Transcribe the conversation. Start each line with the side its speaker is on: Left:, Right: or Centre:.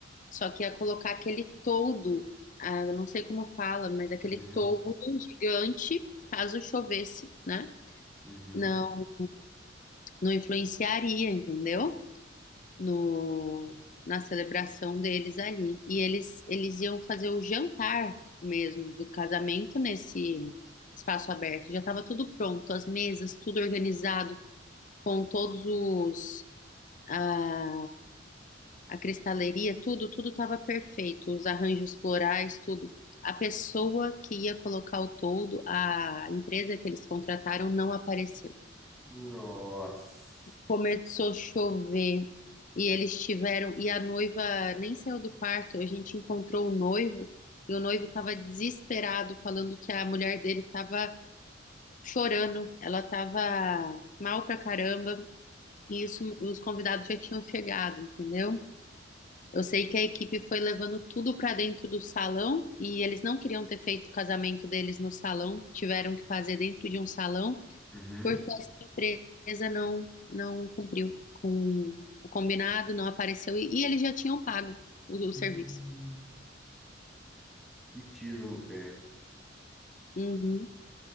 Left: só que ia colocar aquele toldo, ah, eu não sei como fala, mas aquele
Centre: uhum,
Left: toldo gigante, caso chovesse, né?
Centre: uhum.
Left: Não, não influenciaria, entendeu? no, na celebração deles ali. E eles, eles iam fazer o jantar mesmo do casamento nesse espaço aberto. Já estava tudo pronto, as mesas, tudo organizado, com todos os. A, a cristaleria, tudo, tudo estava perfeito, os arranjos florais, tudo. A pessoa que ia colocar o toldo, a empresa que eles contrataram, não apareceu.
Centre: Nossa.
Left: Começou a chover e eles tiveram. E a noiva nem saiu do quarto. A gente encontrou o noivo e o noivo estava desesperado, falando que a mulher dele estava chorando, ela estava mal pra caramba. E isso, os convidados já tinham chegado, entendeu? Eu sei que a equipe foi levando tudo pra dentro do salão e eles não queriam ter feito o casamento deles no salão, tiveram que fazer dentro de um salão
Centre: Uhum.
Left: porque essa empresa não, não cumpriu com o combinado, não apareceu e, e eles já tinham pago o, o serviço.
Centre: Hum, Que tiro no pé.
Left: Uhum.